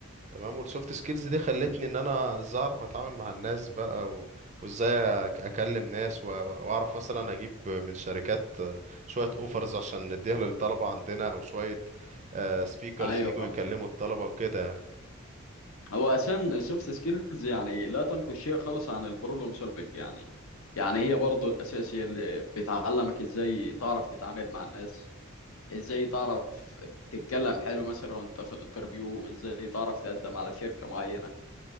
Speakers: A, on the right; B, on the left.
A: تمام والسوفت سكيلز دي خلتني ان انا ازاي اعرف اتعامل مع الناس بقى و... وازاي أك- اكلم ناس و... و- واعرف مثلا اجيب من شركات شويه اوفرز عشان نديها للطلبه عندنا او شويه سبيكرز
B: أيوه
A: يجوا
B: فاهمك
A: يكلموا الطلبه وكده يعني
B: هو أساسا السوفت سكيلز يعني لا تنقص شيء خالص عن ال problem solving يعني يعني هي برضه الأساس هي اللي بتعلمك إزاي تعرف تتعامل مع الناس ازاي تعرف تتكلم حلو مثلا وانت في الانترفيو ازاي تعرف تقدم على شركة معينة